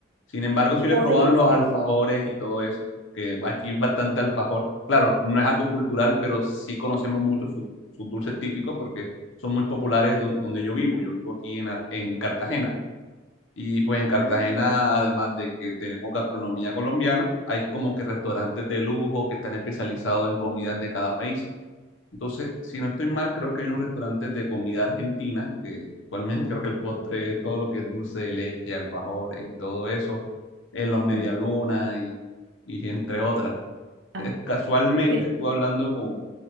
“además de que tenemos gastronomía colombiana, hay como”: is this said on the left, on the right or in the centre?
Left